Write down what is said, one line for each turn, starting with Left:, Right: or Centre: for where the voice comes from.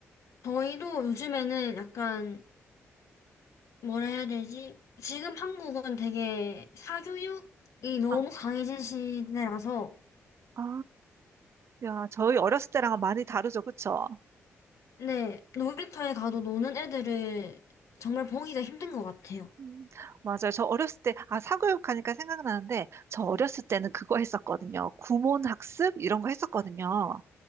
Left: 저희도 요즘에는 약간 뭐라 해야 되지? 지금 한국은 되게 사교육이 너무
Right: 아,
Left: 강해진 시대라서
Right: 아, 야, 저희 어렸을 때랑은 많이 다르죠, 그쵸?
Left: 네, 놀이터에 가도 노는 애들을 정말 보기가 힘든 것 같아요.
Right: 음, 맞아요. 저 어렸을 때, 아, 사교육하니까 생각나는데, 저 어렸을 때는 그거 했었거든요. 구몬학습? 이런 거 했었거든요.